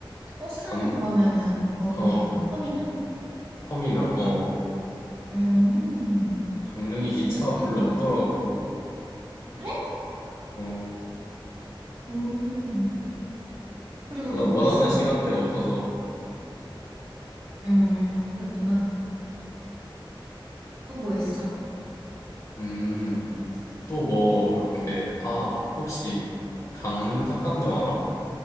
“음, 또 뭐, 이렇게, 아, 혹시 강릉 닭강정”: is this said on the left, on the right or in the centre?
Left